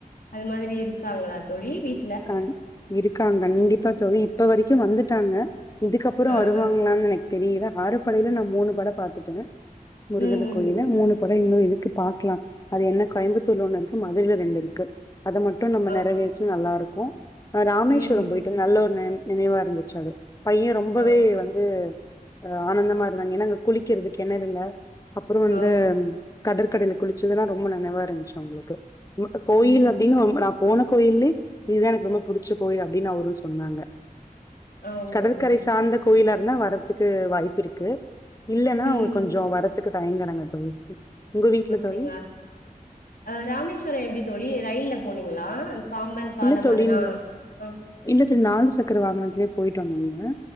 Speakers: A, on the left; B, on the left.
A: அது மாதுரி இருக்காங்களா தோழி வீட்
B: கன் இருக்கா கண்டிப்பா தோழி இப்ப வரைக்கு வந்துட்டாங்க இதுக்கப்புறோ
A: ஆ
B: வருவாங்களான்னு
A: ஆ
B: நினைக் தெரியல ஆறு படையில நா மூணு படை பாத்துட்டே முருகர்
A: ம் ம்
B: கோயில
A: ம்
B: மூணு ப இன்னு இதுக்கு பாக்கலா அது என்ன கோயம்புத்தூர்ல ஒண்ணு இருக்கு மதுரைல ரெண்டு இருக்கு அத மட்டு நம்ம
A: ஆ
B: நிறைவேச்சி நல்லா இருக் க்கோ அ ராமேஸ்வரம்
A: ம் ம்
B: போயிட்டு நல்ல ஒரு ந நினைவா இருந்துச்சு அது பைய ரொம்பவே
A: ஆ
B: வந்து ஒரு ஆனந்தமா இருந்தாங்க ஏன்னா அங்க குளிக்கிறது கிணறு இல்ல அப்றோ வந்து
A: ஆ
B: கடற்கடையில குளிச்சதுல்லா ரொம்ப நெனைவா இருந்துச்சு அவுங்களுக்கு அ கோயில்
A: ம்
B: அப்டின்ன <unintelligible> போன கோயில்லே இதுதா எனக்கு ரொம்ப புடிச்ச கோயில் அப்டின்னு அவரு சொன்னாங்க
A: ஆமா
B: கடற்கரை
A: மேம்
B: சார்ந்த கோயிலா இருந்தா வர்றதுக்கு வாய்ப்பு இருக்கு இல்லன்னா
A: ம்
B: அவுங்க கொஞ்ச
A: ம்
B: வரத் த்துக்கு தயங்குராங்க தோழி உங்க வீட்ல
A: அப்டிங்களா
B: தோழி
A: அ ராமேஸ்வர எப்டி தோழி ரயில்ல போனீங்களா அந்த பாம்பன் பாலம்
B: இல்ல தொழி
A: அதெல்லா
B: நா
A: ஆ
B: இல்ல நாலு சக்கர வாகனத்திலேயே போயிட் டம்ம